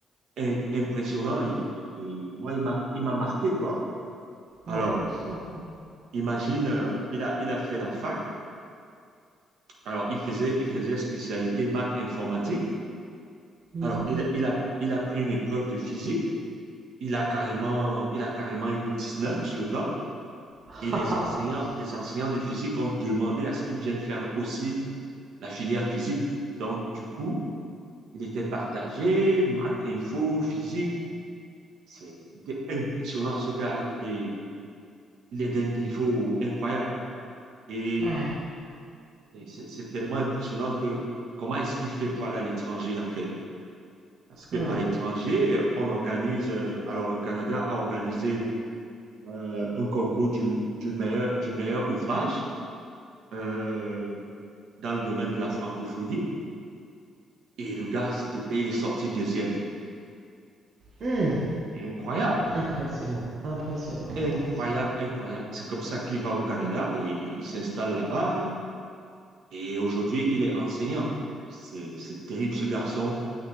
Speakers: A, on the right; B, on the right.
A: im- impressionnant et, et moi, il m'a, il m'a marqué, quoi. Alors,
B: Ouais, je comprends.
A: imagine, euh, il a, il a fait la fac. Alors, il faisait, il faisait spécialité maths informatique.
B: Mhm.
A: Alors, il, il a, il a pris une épreuve de physique. Il a carrément, il a carrément eu 19 sur 20.
B: <laughs>
A: Et les enseignants, les enseignants de physique ont demandé à ce qu'ils viennent faire aussi la filière physique. Donc, du coup, Il était partagé, maths, info, physique. C'était impressionnant, ce gars. Il est, il est d'un niveau incroyable. Et,
B: Ouais.
A: et c'est tellement impressionnant que comment est-ce qu'il fait pour aller à l'étranger, en fait? Parce qu'à
B: Mhm.
A: l'étranger, euh, on organise, euh, alors le Canada a organisé euh, un concours du, du meilleur, du meilleur ouvrage euh, dans le domaine de la francophonie. Et le gars, s'il te plaît, il est sorti deuxième.
B: Mhm.
A: c'est incroyable.
B: Impressionnant, impressionnant,
A: Incroyable,
B: impressionnant.
A: incroyable. C'est comme ça qu'il va au Canada et il s'installe là-bas. Et aujourd'hui, il est enseignant. C'est, c'est terrible, ce garçon.